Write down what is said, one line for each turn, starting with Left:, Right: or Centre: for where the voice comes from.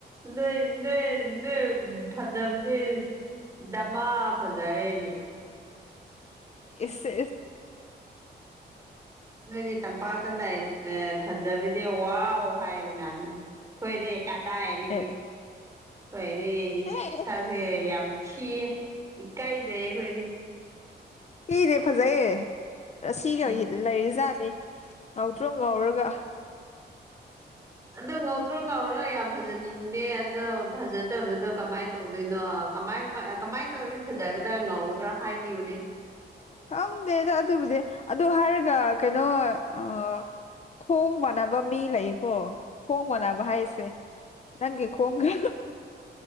Right: ꯅꯣꯏ ꯅꯣꯏ ꯅꯣꯏ ꯐꯖꯥꯕꯤꯗꯤ ꯗꯃ ꯐꯖꯌꯦꯅꯦ
Left: ꯑꯦ
Right: ꯅꯣꯏꯗꯤ ꯇꯝꯄꯥꯛꯇ ꯐꯖꯕꯤꯗꯤ ꯋꯥꯎ ꯍꯥꯏ ꯎꯅꯥ ꯑꯩꯈꯣꯏꯗꯤ ꯀꯗꯥ ꯍꯥꯏꯔꯤ
Left: ꯑꯦ
Right: ꯀꯗꯤ
Left: ꯑꯦ
Right: ꯁ ꯌꯥꯝ ꯊꯤꯌꯦ ꯏꯀꯥꯏꯖꯩꯌꯦ ꯑꯩꯈꯣꯏꯗꯤ
Left: ꯁꯤꯤꯅꯦꯦ ꯐꯖꯩꯌꯦꯁꯤꯒ
Right: ꯎꯝ
Left: ꯂꯩꯔꯤꯖꯥꯠꯅꯤ ꯉꯥꯎꯇ꯭ꯔꯣ ꯉꯧꯔꯒ
Right: ꯑꯗꯣ ꯉꯧꯗ꯭ꯔꯣ ꯉꯧꯔꯣ ꯌꯥꯝ ꯐꯖꯅꯤꯡꯗꯦ ꯑꯗꯣ ꯐꯖꯗꯕꯗꯣ ꯀꯃꯥꯏꯅ ꯇꯧꯗꯣꯏꯅꯣ ꯀꯃꯥꯏ ꯀꯃꯥꯏꯅ ꯇꯧꯔꯗꯤ ꯐꯖꯒꯗ꯭ꯔꯥ ꯉꯧꯒꯗ꯭ꯔꯥ ꯍꯥꯏꯕꯤꯌꯨꯅꯦ
Left: ꯈꯪꯗꯦꯗ ꯑꯗꯨꯕꯨꯗꯤ ꯑꯗꯣ ꯍꯥꯏꯔꯒ ꯀꯩꯅꯣ ꯑ ꯈꯣꯡ ꯃꯥꯟꯅꯕ ꯃꯤ ꯂꯩꯀꯣ ꯈꯣꯡ ꯃꯥꯟꯅꯕ ꯍꯥꯏꯁꯦ ꯅꯪꯦ ꯈꯣꯒ